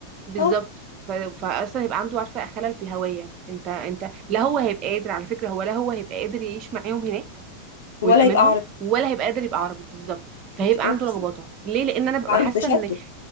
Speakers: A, on the right; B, on the left.
A: بالظبط
B: اه
A: ف... فاصلا يبقى عنده عارفه خلل في الهويه انت انت لا هو هيبقى قادر على فكره هو لا هو هيبقى قادر يعيش معاهم هناك ويبقى
B: ولا
A: منهم
B: يبقى عربي
A: ولا هيبقى قادر يبقى عربي بالظبط فهيبقى
B: مش قادر
A: عنده لخبطه ليه لان انا ببقى
B: عنده
A: حاسه
B: تشتت
A: ان